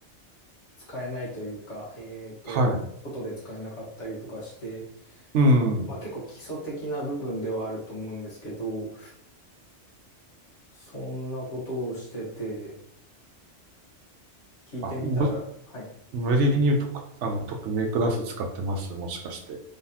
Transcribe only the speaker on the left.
使えないというか、えっと、
外で使えなかったりとかして、
まあ結構基礎的な部分ではあると思うんですけど、そんなことをしてて、聞いてみたら、
はい。